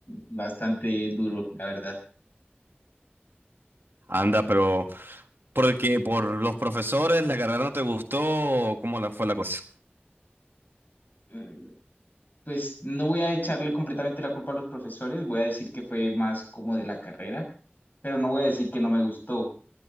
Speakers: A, on the left; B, on the right.
A: bastante duro, la verdad.
B: Anda, pero ¿por qué? ¿Por los profesores? ¿La carrera no te gustó? o ¿Cómo la, fue la cosa?
A: Mm, Pues no voy a echarle completamente la culpa a los profesores, voy a decir que fue más como de la carrera, pero no voy a decir que no me gustó,